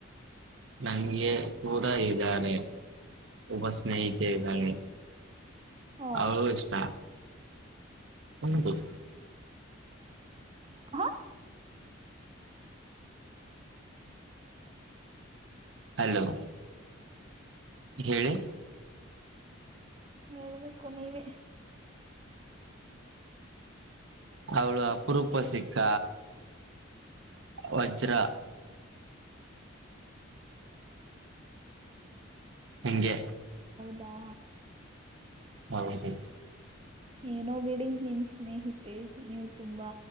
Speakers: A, on the right; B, on the right.
A: ನಂಗೆ ಕೂಡ ಇದ್ದಾರೆೆ ಒಬ್ಬ ಸ್ನೇಹಿತೆ ಇದ್ದಾನೆ
B: ಓ
A: ಅವ್ಳ್ ಇಷ್ಟ ಹದು <unintelligible>
B: ಹಾ
A: ಹಲೋ ಹೇಳಿ
B: ಹೇಳ್ಬೇಕು ನೀವೆ
A: ಅವಳು ಅಪರೂಪ ಸಿಕ್ಕ ವಜ್ರ ಹೆಂಗೆ
B: ದಾ
A: ಬ <unintelligible>
B: ಏನೋ ಬಿಡಿ ನಿಮ್ ಸ್ನೇಹಿತೆ ನೀವು ತುಂಬಾ